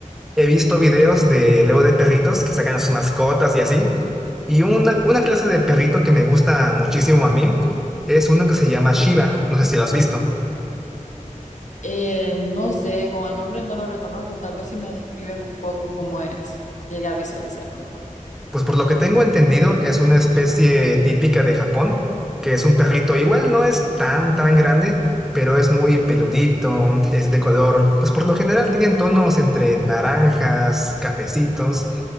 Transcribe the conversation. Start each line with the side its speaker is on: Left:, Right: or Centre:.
Centre: he visto videos de luego de perritos que sacan a sus mascotas y así. Y una, una clase de perrito que me gusta muchísimo a mí es uno que se llama Shiba, no sé si lo has visto.
Left: Eh, no sé, con el nombre no lo reconozco. Tal vez si me describes un poco cómo es, llegué a visualizarlo mejor.
Centre: Pues por lo que tengo entendido es una especie típica de Japón, que es un perrito igual no es tan tan grande, pero es muy peludito, es de color, pues por lo general tienen tonos entre naranjas, cafecitos